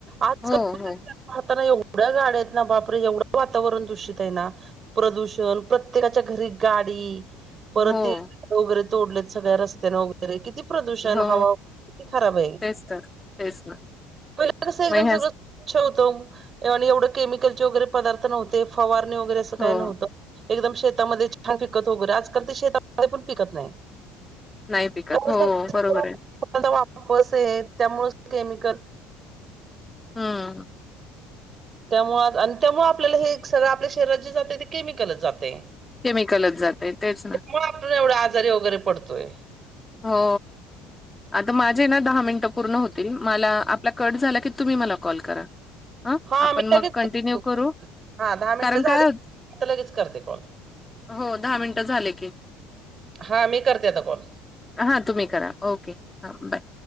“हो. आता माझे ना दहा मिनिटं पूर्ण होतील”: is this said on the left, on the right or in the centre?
Left